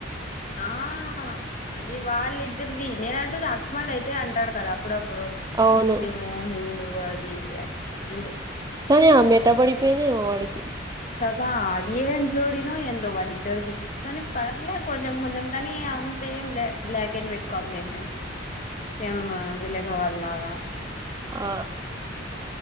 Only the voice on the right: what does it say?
అవును
కానీ ఆమే ఎట పడిపోయిందమో వాడికి
ఆ